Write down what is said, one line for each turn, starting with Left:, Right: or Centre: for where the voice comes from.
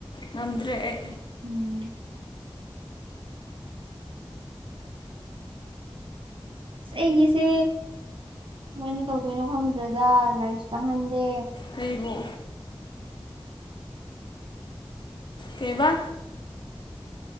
Left: ꯉꯝꯗ꯭ꯔꯦ ꯑꯩ꯫
Right: <unintelligible> ꯑꯩꯒꯤꯁꯦ ꯀꯃꯥꯏꯅ ꯇꯧꯗꯣꯏꯅꯣ ꯈꯪꯗ꯭ꯔꯗ ꯂꯥꯏꯔꯤꯛꯁꯨ ꯇꯥꯛꯍꯟꯗꯦ꯫
Left: ꯀꯩꯕꯨ? ꯀꯩꯕꯥ?